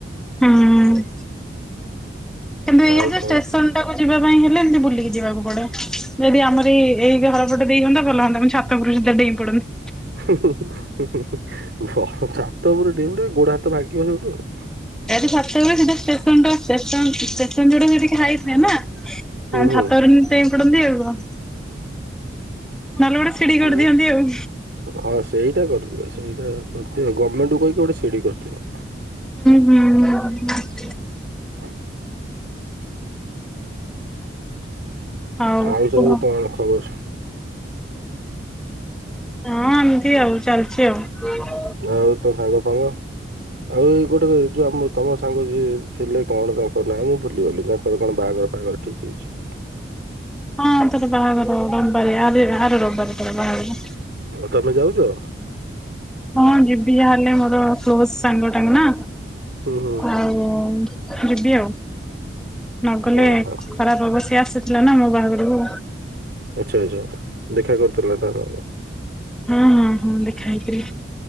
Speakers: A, in the centre; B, on the right.
A: ହଁ କିନ୍ତୁ ଇଏ
B: ଆଉ
A: ଯେ
B: କଣ
A: ଷ୍ଟେସନ ଟାକୁ ଯିବା ପାଇଁ ହେଲେ ଏମିତି ବୁଲିକି ଯିବାକୁ ପଡେ। ଯଦି ଆମର ଏଇ ଏଇ ଘର ବୋୋ ଦେଇଇୁ ଭଲ ହୁଅନ୍ତା। ମୁଁ ଛାତ ପୁରୁଷ ଦ୍ୱଇଁ ପଡ଼ନ୍ତି।
B: ଛାତ ଉପୁର ଗଟ ଗୋଡ ହାତ ଭାଙ୍ଗିବ ସବଠୁ ଆଉ।
A: ରାତି ସାତଟା ବେଳେ ସିଧା ଷ୍ଟେସନ ଟା େସନ ଯୁଡା ସେଠିକି ଖାଇଥିଲେ ନା ଆଉ
B: ହୁଁ ହୁଁ।
A: ଛାତରେ ପଡନ୍ତି ଆଉ କଣ। ନହେଲେ ଗୋଟେ ସିଢଡି
B: କିଏ
A: କରି ଦିଅନ୍ତି ଆଉ।
B: ହଁ ସେଇଟା କରିଦିଅ ସେଇଟା କରିଦିଅବି। ଗଭର୍ଣ୍ଣମେଣ୍ଟୁ କହିକି ଗୋଟେ ସିଡି କରିଦିଅ।
A: ହୁଁ ହୁଁ ହ
B: ହ
A: ହଉ
B: ଆଉ
A: କୁହ।
B: ସବୁ କଣ ଖବର?
A: ହଁ ଏମିତି ଆଉ ଚାଲିଛି ଆଉ।
B: ଆଉ ତୋ ସାଙ୍ଗ ଫାଙ୍ଗ? ଆଉ ଏଇ ଗୋଟେ ଯୋଉ ଆମ ତମ ସାଙ୍ଗ ଯିଏ ଥିଲେ କଣ ତାଙ୍କ ନାଁ ମୁଁ ଭୁଲିଗଲି ତା ରେ କଣ ବାହାଘର ଫାଘର ଠିକ୍ ହେଇଛି?
A: ହଁ ତାର ବାହାଘର ରବିବାରେ ଆରି ଆର ରବିବାର ତାର ବାହାଘର।
B: ତମେ ଯାଉଛ?
A: ହଁ ଯିବି ଯାହେଲେ ମୋର କ୍ଲୋଜ ସାଙ୍ଗ ଟା ନା
B: ହୁଁ ହୁଁ।
A: ଆଉ। ଓ ଯିବି ଆଉ। ନଗଲେ
B: ଓହୋ
A: ଖରାପ ହବ ସେ ଆସିଥିଲା ନା ମୋ ବାହାଘରକୁ।
B: ଆଛା ଆଚ୍ଛା ଦେଖା କରିଥିଲା ତାହେଲେ।
A: ହଁ ହଁ ହଁ ଦେଖା ହେଇଥିଲୀ।